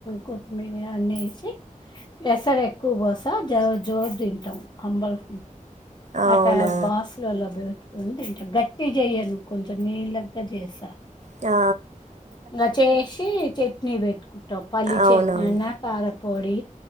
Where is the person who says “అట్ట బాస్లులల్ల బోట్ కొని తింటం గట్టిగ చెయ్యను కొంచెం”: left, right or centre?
Left